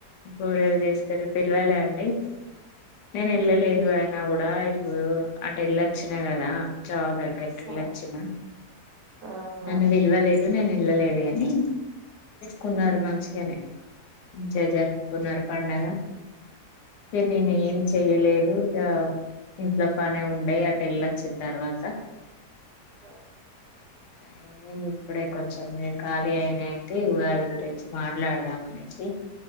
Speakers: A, on the left; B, on the right.
A: బూరెలు చేస్తరు పిలవాలె అండి నేను వెళ్ళలేదు ఆయినా గుడ్ దా ఇప్పుడు అటేళ్ళొచ్చిన గదా చావు దగ్ గట్టేళ్ళోచ్చిన
B: ఆ ఆహా
A: నన్ను పిలవలేదు నేను వెళ్ళలేదు గాని కున్నారు మంచిగానె మంచిగా జరుపుకున్నరు పండగ కె నేనేం చెయ్యలేద్ దు ఆ ఇంట్లో పనే ఉండే అటేళ్ళొచ్చిన తర్వాత
B: ఆ
A: అయి ఇప్పుడే కొంచెం ఇగ ఖాళీ అయినయి అయితే ఉగాది గురించి మాట్లాడుదాం అనేసి